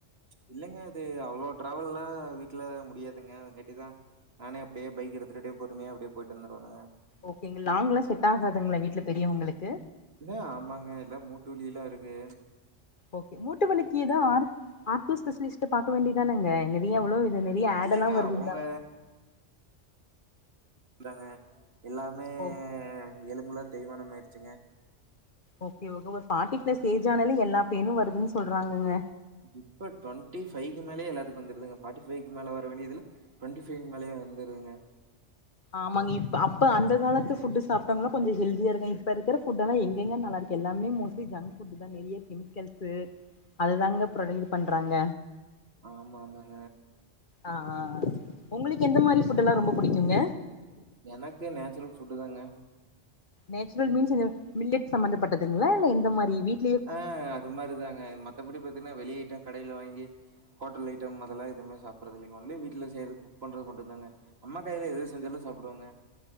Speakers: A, on the right; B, on the left.
A: இல்லங்க அது அவ்வளோ டிரவல்லா வீட்ல முடியாதுங்க அதுக்காட்டி தா டவ் னப்கான்டிதானனனல நானே அப்டியே ஹ்ழ்வ்ல்பைக் எடுத்துட்டே பொறுமையா அப்டியே போயிட்டு வந்துருவேங்க
B: ஓகேங்க லாங்லா செட் ஆகாதுங்களா வீட்ல பெரியவங்களுக்கு
A: இல்ல ஆமாங்க எல்லா மூட்டு வலிலாருக்கு
B: ஓகே மூட்டு வலிக்கு தா ஆரூ ஆர்த்தோ ஸ்பெஷலிஸ்ட்ட பாக்க வேண்டி தானங்க நிறைய எவ்ளோவு இது நெறைய ஆடெல்லா
A: இல்லங்க
B: வருது
A: அவங்க
B: <unintelligible>
A: இந்தாங்க எல்லாமே
B: ஓ
A: எலும்புலா தேய்மானம் ஆயிச்சுங்க
B: ஓகே ஓகே ஒரு ஃபாட்டிப்ளஸ் ஏஜ் ஆனாலே எல்லா பெய்னு வருதுன்னு சொல்றாங்கங்க
A: இப்ப டுவெண்டி ஃபைவ்கக்கு மேலயே எல்லாத்துக்கு வந்துடுதுங்க ஃபார்டிஃபைக்கு மேல வர வேண்டியதுல்லா ட்வெண்டி ஃபைவ்க்கு மேலயே வந்துருதுங்க
B: ஆமாங்க இப்ப அப்ப அந்த காலத்து ஃபுட்டு சாப்ட்டவுங்களா கொஞ்சோ ஹெல்தியா இருக்காங்க இப்ப இருக்குற ஃபுட்டெல்லா எங்கங்க நல்லா இருக்கு எல்லாமே மோஸ்ட்லி ஜங்க் ஃபுட்டு தா நெறைய கெமிக்கல்ஸு அது தாங்க ப்ரொடைட் இது பண்றாங்க
A: ஆமா ஆமாங்க
B: ஆ ஆ ஆ உங்களுக்கு எந்த மாரி ஃபுட்டெல்லா ரொம்ப புடிக்குங்க
A: எனக்கு நேச்சுரல் ஃபுட்டு தாங்க
B: நேச்சுரல் மீன்ஸ் இந்த மில்லட் சம்பந்தப்பட்டதுங்களா இல்ல எந்த மாரி வீட்
A: ஆ அது மாரிதாங்க மத்தபடி பாத்தீங்கன்னா வெளி ஐட்டம் கடையில வாங்கி ஹோட்டல் ஐட்டம் அதெல்லா எதுவுமே சாப்புட்றது இல்லைங்க ஒன்லி வீட்ல செய்றது குக் பண்றது மட்டுந்தாங்க அம்மா கையில எது செஞ்சாலும் சாப்டுவங்க